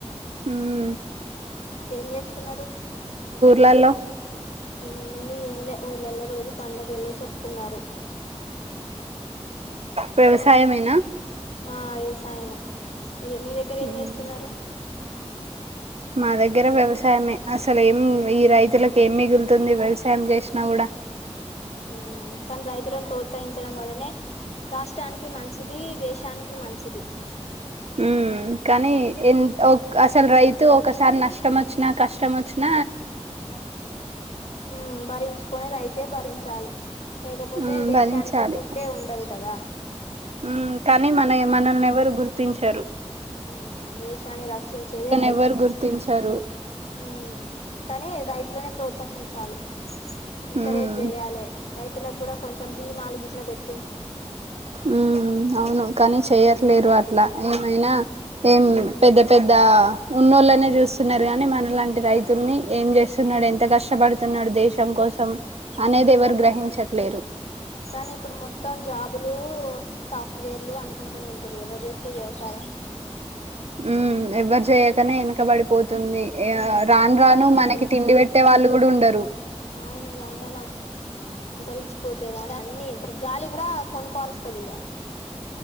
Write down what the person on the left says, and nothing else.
ఏం చేస్తున్నారు
ఏముందు ఎంలే ఊర్ళలో రోజు పండ్లక్కేళ్లేసి ఓస్తున్నారు
ఆహ్ వ్యవసాయమే మీదెగ్గర ఏం
చేస్తున్నారు
ఉమ్ కాన్ రైతులనీ ప్రోత్సహించడం వలనే రాష్ట్రానికి మంచిది దేశానికి మంచిది
ఉమ్ భరించుకొని రైతే భరించాలి లేకపోతే
దేశానికి
ఫుడ్డే ఉండదు కదా
ఉమ్ దేశాన్ని రక్షించేదే రైతు
ఉమ్ కానీ రైతులోనే ప్రోత్ త్సహించాలి ఎంకరేజ్
చేయాలి రైతులకు కూడా కొంచెం భీమాలు గిట్ల పెట్
ఉమ్
కానీ ఇప్పుడు మొత్తం జాబ్ బులు సాఫ్ట్వేర్లు అనుకుంటునే ఎల్తురు ఎవరు చేస్తున్రు వ్యవసాయం
ఉమ్
వ్యవసాయాన్ని
ప్రో
అవును రాన్ రాన్ అం తరించిపోతేర అన్ని గాలి కూడా కొనుకోవాల్స్తుది ఇగ